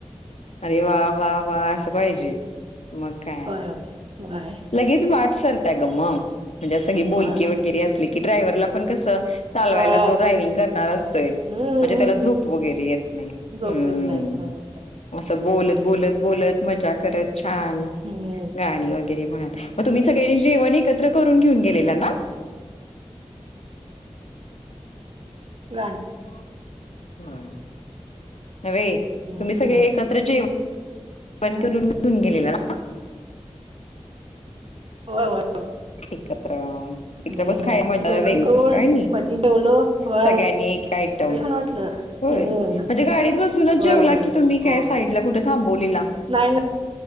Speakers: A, on the left; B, on the right.
A: अरे वा वा वा अस पाहिजे मग काय
B: होय होय. होय
A: लगेच वाट सरत्या ग म म्हणजे अस की बोलकी
B: होय होय
A: वगैरे असले की ड्रायव्हला पण कसं. चालवायला
B: होय
A: जो ड्रायविंग करणार असतोय.
B: हम्म
A: म्हणजे त्याला झूप वगैरे येत नाही
B: झोप
A: हम्म
B: येत नाही होय होय.
A: असं बोलत
B: हम्म
A: बोलत बोलत मजा करत. छान
B: हम्म
A: गाणी वगैरे म्हणत मग तुम्ही सगळे जेवण एकत्र करून घेऊन गेलेला ना.
B: गा <inaudible>
A: हम्म. हवे
B: हम्म
A: तुम्ही सगळे एकत्र जे वन
B: हम्म
A: करून घेऊन गेलेला ना.
B: हो हो <unintelligible>
A: एकत्र इथं
B: हम्म
A: बसून खायाला मजा
B: जेवण
A: वेगळीच
B: करून
A: असत्या व्हयणी,
B: मधी जेवलो होय
A: सगळ्यांनी एक आयटम
B: लय छान वाटलं.
A: होय
B: हम्म
A: म्हणजे गाडीत बसूनच
B: होय
A: जेवला
B: होय
A: की
B: होय
A: तुम्ही का
B: होय
A: साईडला कुठे थांब बो लीला.
B: नाही नाही